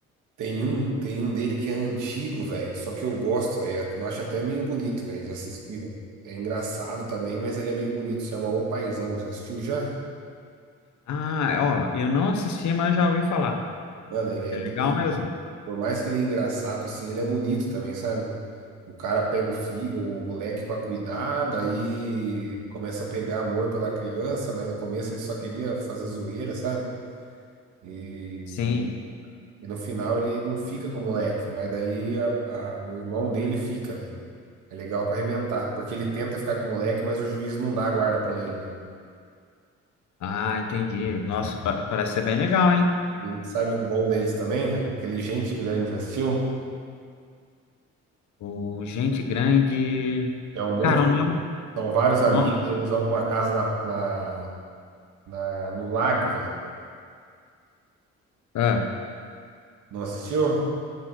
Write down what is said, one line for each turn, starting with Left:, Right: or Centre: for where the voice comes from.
Right: Tem um, tem um dele que é antigo, velho. Só que eu gosto, velho. Eu acho até meio bonito, velho, de assistir, velho. É engraçado também, mas ele é meio bonito. Você é uma O Paizão. Você assistiu já?
Left: Ah, ó, eu não assisti, mas já ouvi falar.
Right: Mano, ele é
Left: É legal
Right: bonito.
Left: mesmo?
Right: Por mais que ele é engraçado, assim, ele é bonito também, sabe? O cara pega o fi, o moleque pra cuidar, daí começa a pegar amor pela criança, mas no começo ele só queria fazer zoeira, sabe? E
Left: Sim.
Right: E no final ele não fica com o moleque, mas daí a- a- o irmão dele fica, velho. É legal pra arrebentar, porque ele tenta ficar com o moleque, mas o juiz não dá a guarda pra ele, velho.
Left: Ah, entendi. Nossa, pa- parece ser bem legal, hein?
Right: E sabe um bom deles também, velho? Aquele Gente Grande, já assistiu?
Left: O Gente Grande.
Right: Que é um monte,
Left: Cara, o nome.
Right: né? São vários
Left: O
Right: amigos,
Left: no...
Right: eles vão pra uma casa na, na, na- no lago, velho.
Left: Ah,
Right: Não assistiu?